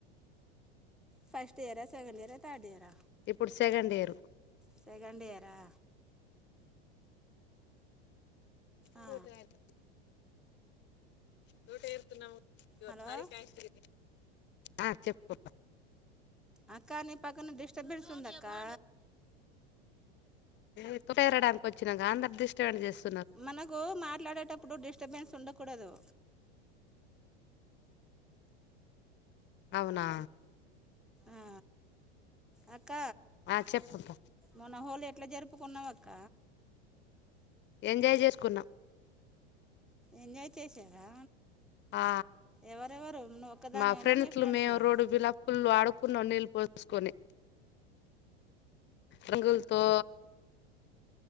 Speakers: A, in the centre; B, on the left (about 35°).
A: first year second year third year
B: ఇప్పుడు సెకెండియర్
A: సెకెండియరా ఆ
B: చూటగాయతే తోట ఇరుతు నవ ఇవ
A: హలో
B: సారకయతే ఆ చెప్పుకోపా
A: అక్క నీ పక్కన డిస్టబెన్స్ ఉందక్కా
B: ఉప్పుటేరడానికి వచ్చినాగా అందరు డిస్టబెన్స్ చేస్త్
A: మనకు మాట్లాడేటప్పుడు డిస్టర్బెన్స్ ఉండకూడదు
B: అవునా
A: ఆ అక్క
B: ఆ చెప్పబ్బా
A: మన హోళ ఎట్లా జరుపు అప్పు కొన్నావాక్క
B: ఎంజాయ్ చేసుకున్నాం
A: ఎంజాయ్ చేసారా
B: ఆ
A: ఎవరెవరు నువ్వు ఒక్కదానివేనా
B: మా ఫ్రెండ్స్లు
A: మీ ఫ్రెండ్స్లా
B: మేము రోడ్డు విలాప్పులు ఆడుకున్న నీళ్ళు పోసుకొని రంగల్తో